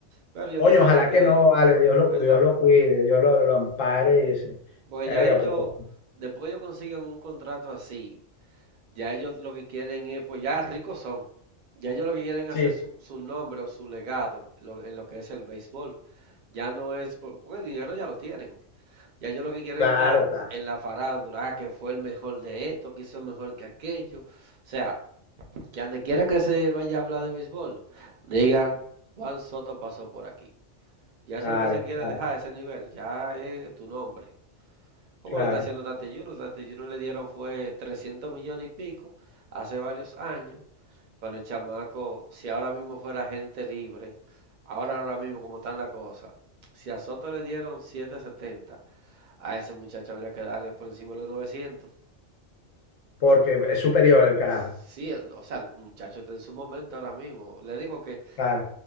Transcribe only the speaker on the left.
coño,
ojalá
que no, vale, Dios lo,
Dios lo cuide, Dios lo, lo ampare y ese-
verga,
porque
sí,
claro,
claro,
claro,
claro,
claro,
porque es superior el carajo,
claro.